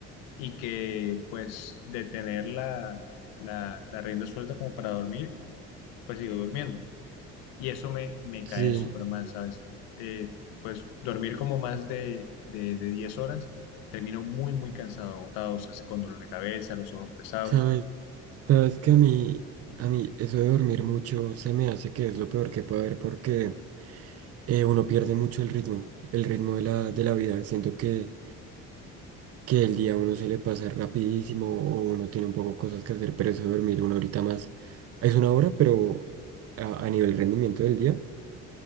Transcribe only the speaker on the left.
y que pues de tener la, la, la rienda suelta como para dormir, pues sigo durmiendo. Y eso me, me
cae súper mal, ¿sabes? Eh, pues dormir como más de, de, de 10 horas, termino muy, muy cansado, agotado, o sea, con dolor de cabeza, los ojos pesados.